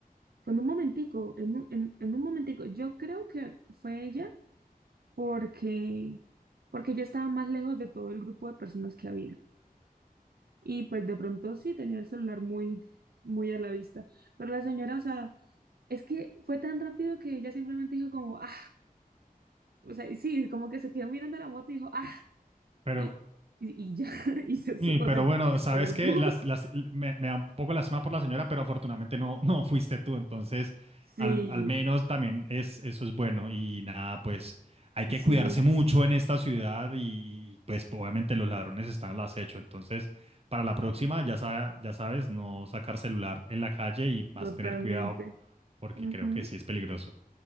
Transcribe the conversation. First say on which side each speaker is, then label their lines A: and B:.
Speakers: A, on the right; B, on the right.
A: fue en un momentico, en un, en, en un momentico, yo creo que fue ella porque, porque ella estaba más lejos de todo el grupo de personas que había. Y pues de pronto sí tenía el celular muy, muy a la vista. Pero la señora, o sea... Es que fue tan rápido que ella simplemente dijo como, ah, o sea, y sí, como que se quedó mirando la moto y dijo, ah,
B: pero
A: y, y, y ya, <laughs> y se
B: Y-
A: su- o
B: Pero
A: sea,
B: bueno,
A: y esperó
B: sabes
A: el
B: que
A: bus.
B: las, las, me, me da un poco lástima por la señora, pero afortunadamente no, no fuiste tú, entonces
A: Sí,
B: al, al menos también es, eso es bueno y nada, pues hay que
A: sí,
B: cuidarse mucho en esta ciudad y, y, pues obviamente los ladrones están al acecho, entonces para la próxima ya, sa- ya sabes, no sacar celular en la calle y más
A: totalmente.
B: tener cuidado porque
A: Ajá,
B: creo que sí es peligroso.